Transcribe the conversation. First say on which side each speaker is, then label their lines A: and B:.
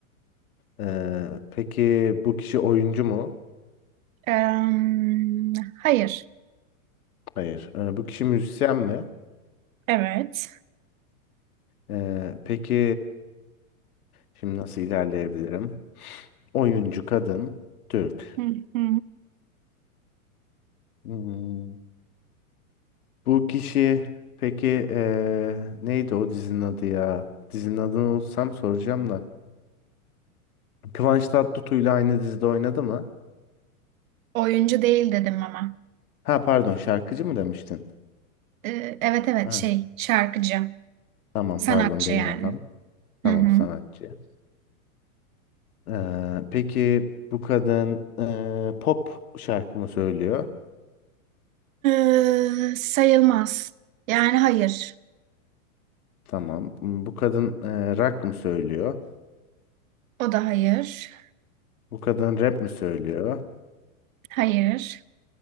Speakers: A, on the left; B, on the right.
A: Ee, peki bu kişi oyuncu mu?
B: Em, hayır.
A: Hayır. Ee, bu kişi müzisyen mi?
B: Evet.
A: Ee, peki şimdi nasıl ilerleyebilirim? Oyuncu kadın Türk.
B: Hı hı.
A: Hmm. Bu kişi peki eee, neydi o dizinin adı ya? Dizinin adını unutsam soracağım da. Kıvanç Tatlıtuğ'yla aynı dizide oynadı mı?
B: Oyuncu değil dedim ama.
A: Ha pardon şarkıcı mı demiştin?
B: Ee, evet evet
A: Ha,
B: şey şarkıcı.
A: tamam
B: Sanatçı
A: pardon benim
B: yani.
A: hatam. Tamam
B: Hı hı.
A: sanatçı. Eee, peki bu kadın eee, pop şarkı mı söylüyor?
B: Ee, sayılmaz. Yani hayır.
A: Tamam. Hmm, Bu kadın eee rock mı söylüyor?
B: O da hayır.
A: Bu kadın rap mi söylüyor?
B: Hayır.